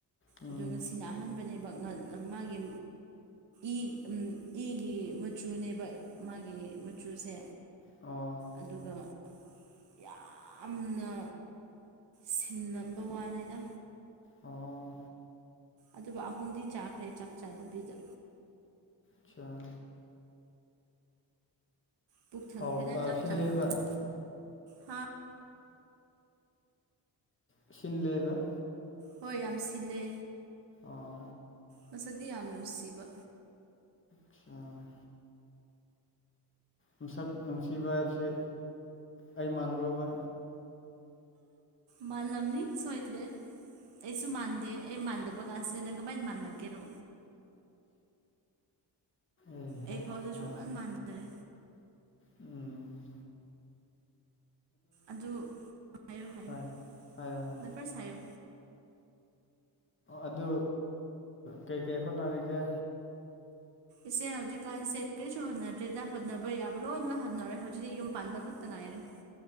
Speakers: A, on the left; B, on the right.
A: ꯎꯝ
B: ꯑ ꯉꯁꯤꯅ ꯑꯍꯥꯟꯕꯅꯦꯕ ꯉ ꯃꯥꯒꯤ ꯏ ꯏꯒꯤ ꯃꯆꯨꯅꯦꯕ ꯃꯥꯒꯤ ꯃꯆꯨꯁꯦ
A: ꯑꯣ
B: ꯑꯗꯨꯒ ꯌꯥꯝꯅ ꯁꯤꯟ ꯅꯝꯕ ꯋꯥꯟꯅꯤꯗ
A: ꯑ
B: ꯑꯗꯨꯕꯨ ꯑꯍꯨꯝꯗꯤ ꯆꯥꯈ꯭ꯔꯦ ꯆꯥꯛ ꯆꯥꯗꯕꯤꯗ
A: ꯑꯆꯥꯥ
B: ꯄꯨꯛ ꯊꯟꯈ꯭ꯔꯦꯗ
A: ꯍꯥꯎ
B: ꯆꯥꯛ
A: ꯁꯤꯜꯂꯦꯕ
B: ꯆꯥꯔꯔꯣꯏꯗ ꯍꯥ
A: ꯁꯤꯟꯂꯦꯕ
B: ꯍꯣꯏ ꯌꯥꯝ ꯁꯤꯜꯂꯦ
A: ꯑꯣ
B: ꯃꯁꯗꯤ ꯌꯥꯝ ꯅꯨꯡꯁꯤꯕ
A: ꯑꯆꯥ ꯃꯤꯁꯛ ꯅꯨꯡꯁꯤꯕ ꯍꯥꯏꯕꯁꯦ ꯑꯩ ꯃꯥꯟꯕꯨꯕ
B: ꯃꯥꯟꯂꯝꯂꯝꯅꯤ ꯁꯣꯏꯗ꯭ꯔꯦ ꯑꯩꯁꯨ ꯃꯥꯟꯗꯦ ꯑꯩ ꯃꯥꯟꯗꯕ ꯀꯥꯟꯁꯤꯗ ꯅꯪ ꯀꯃꯥꯏꯅ ꯃꯥꯟꯅꯀꯦꯔꯣ
A: ꯑꯩꯍꯥ
B: ꯑꯩ ꯐꯥꯎꯗꯦ
A: ꯌꯥꯗ꯭ꯔꯦ
B: ꯁꯨꯡꯃꯥꯟ ꯃꯥꯟꯖꯔꯦ
A: ꯎꯝ
B: ꯑꯗꯨ ꯍꯥꯏꯌꯣ ꯍꯥꯏꯌꯨ
A: ꯍꯣꯏ ꯍꯥꯏꯌꯣ ꯍꯥꯏꯌꯣ
B: ꯗ ꯄ꯭ꯔꯁ ꯍꯥꯏꯌꯣ
A: ꯑꯗꯨ ꯀꯩꯀꯩ ꯍꯣꯠꯅꯔꯤꯒꯦ
B: ꯏꯆꯦ ꯍꯧꯖꯤꯛꯀꯥꯟꯁꯦ ꯀꯔꯤꯁꯨ ꯍꯣꯠꯅꯗ꯭ꯔꯦꯗ ꯍꯣꯠꯅꯕ ꯌꯥꯕ ꯂꯣꯏꯃꯛ ꯍꯣꯠꯅꯔꯦ ꯍꯧꯖꯤꯛꯇꯤ ꯌꯨꯝ ꯄꯥꯟꯕ ꯈꯛꯇ ꯉꯥꯏꯔꯦ